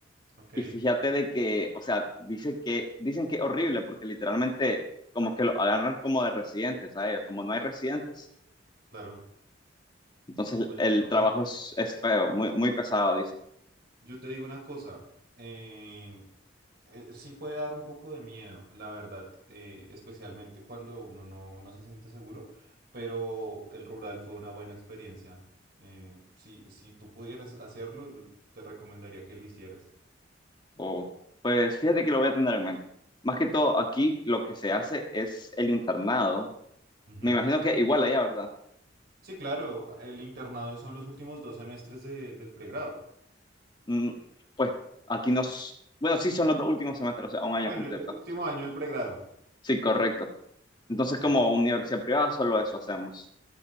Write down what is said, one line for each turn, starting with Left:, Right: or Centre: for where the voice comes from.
Right: ok,
Left: Y fíjate de que, o sea, dice que, dicen que es horrible porque literalmente como que lo agarran como de residentes a ellos, como no hay residentes,
Right: claro.
Left: entonces
Right: Oye,
Left: el
Right: pero bien,
Left: trabajo es, es feo, muy, muy pesado,
Right: yo te digo una cosa. eh, eh, sí puede dar un poco de miedo, la verdad, eh, especialmente cuando uno no, no se siente seguro, pero el rural fue una buena experiencia. Eh, si, si tú pudieras hacerlo, l- te recomendaría que lo hicieras.
Left: O, pues fíjate que lo voy a tener en mente. Más que todo, aquí lo que se hace es el internado.
Right: Ujú.
Left: Me imagino que igual allá, ¿verdad?
Right: Sí, claro, el internado son los últimos dos semestres de- del pregrado.
Left: Mm, pues aquí nos... Bueno, sí, son los dos últimos semestres, o sea, un año
Right: Bueno,
Left: completo.
Right: el último año del pregrado.
Left: Sí, correcto. Entonces,
Right: Ok.
Left: como universidad privada, solo eso hacemos.